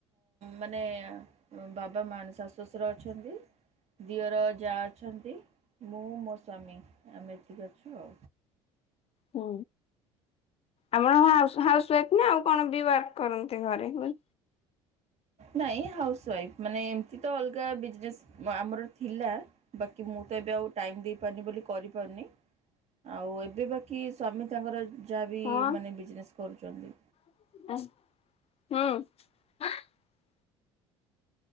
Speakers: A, on the right; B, on the left.
A: ମାନେ ବାବା ମ ଶାଶୁ ଶଶୁର ଅଛନ୍ତି ଦିଅର ଯା ଅଛନ୍ତି ମୁଁ ମୋ ସଵାମୀ ଆମେ ଏତିିକି ଅଛୁ ଆଉ।
B: ହଁ। ଆମର ହାଉସୱାଇଫ ନା ଆଉ କଣ ବିବହାର କରନ୍ତି ଘରେ ବ?
A: ନାଇଁ ହାଉସ ୱାଇଫ ମାନେ ଏମତି ତ ଅଲଗା ବିଜନେସ୍ ଆମର ଥିଲା ବାକି ମୁଁ ତ ଟାଇମ ଦେଇ ପାରୁନି ବୋଲି କରିପାରୁି ଆଉ ଏବେ ବାକିୀ ସ୍ୱାମୀ ତାଙ୍କର ଯାହା ବିି
B: ହଁ
A: ମାନେ ବିଜନେସ୍ କରୁଛନ୍ତି
B: <inaudible>